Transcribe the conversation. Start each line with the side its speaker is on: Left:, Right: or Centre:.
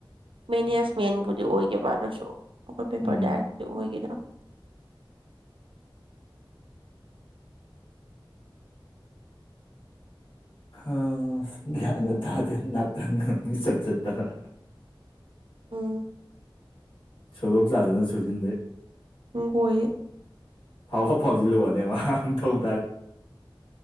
Right: ꯃꯦꯅꯤꯌꯥꯁ ꯃꯦꯟꯕꯨꯗꯤ ꯑꯣꯏꯈꯤꯕꯕ ꯑꯗꯨꯁꯨ ꯑꯩꯈꯣꯏ ꯄꯦꯄꯔ
Left: ꯎꯝ
Right: ꯗꯥꯏꯔꯛꯇ ꯑꯣꯏꯒꯗ
Left: ꯑ ꯌꯥ ꯌꯥ ꯇꯥꯗꯅꯥ ꯇꯪ ꯃꯤ ꯆꯠ ꯆꯠꯇꯔ
Right: ꯎꯝ
Left: ꯁꯣꯏꯒꯣꯞ ꯆꯥꯗꯅ ꯁꯣꯏꯁꯤꯟꯕꯩ
Right: ꯣꯏꯋ
Left: ꯐꯥꯎ ꯍꯥꯎ ꯐꯥꯎꯁꯤꯜꯂꯨꯕꯅꯦ ꯃꯥ ꯊꯧ